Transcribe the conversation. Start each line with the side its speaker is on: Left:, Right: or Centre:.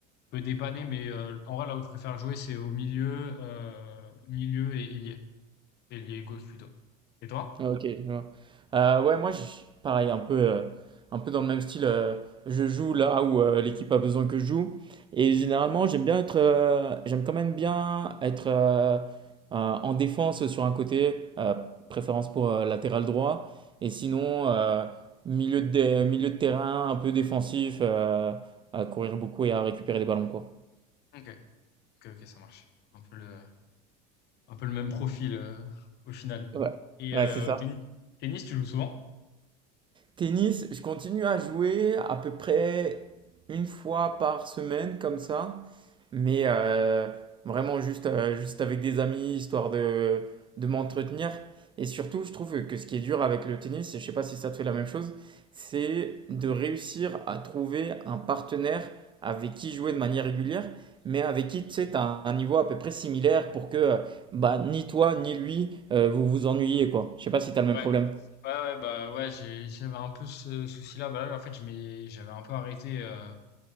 Left: peux dépanner, mais euh, en vrai, là où je préfère jouer, c'est au milieu, euh, milieu et ailier. Ailier gauche plutôt. Et toi?
Right: Ah, Ok, je vois. Euh, ouais, moi, je, pareil, un peu, euh, un peu dans le même style. euh, je joue là où euh, l'équipe a besoin que je joue. Et généralement, j'aime bien être, euh, j'aime quand même bien être euh, euh, en défense sur un côté, euh, préférence pour euh, latéral droit. Et sinon, euh, milieu de, dé- milieu de terrain, un peu défensif, euh, à courir beaucoup et à récupérer les ballons, quoi.
Left: Ok, ok, ok, ça marche. Un peu le, un peu le même profil euh, au final.
Right: Ouais,
Left: Et
Right: ouais,
Left: euh,
Right: c'est ça.
Left: au tennis, tennis, tu joues souvent?
Right: Tennis, je continue à jouer à peu près une fois par semaine comme ça, mais euh, vraiment juste, euh, juste avec des amis, histoire de, de m'entretenir. Et surtout, je trouve que ce qui est dur avec le tennis, et je ne sais pas si ça te fait la même chose, c'est de réussir à trouver un partenaire avec qui jouer de manière régulière, mais avec qui tu sais, tu as un niveau à peu près similaire pour que euh, bah, ni toi ni lui euh, vous vous ennuyez, quoi. Je ne sais pas si tu as le même
Left: Ouais,
Right: problème.
Left: ouais, ouais, bah ouais, j'ai- j'avais un peu ce souci-là. Bah là, en fait, je m'ai- j'avais un peu arrêté. euh,